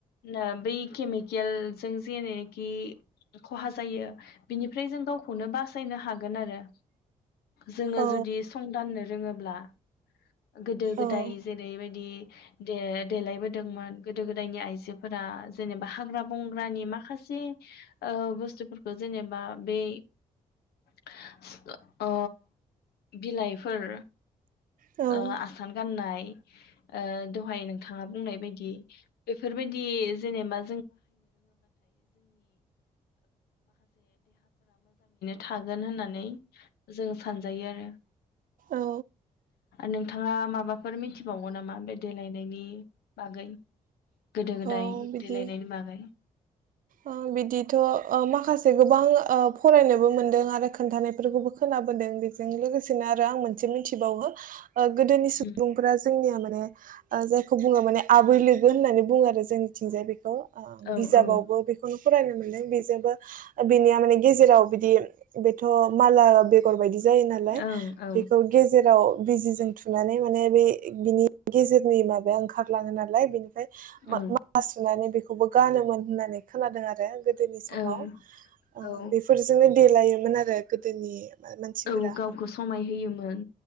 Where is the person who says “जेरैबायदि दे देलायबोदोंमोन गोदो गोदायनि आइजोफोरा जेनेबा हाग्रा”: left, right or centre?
Left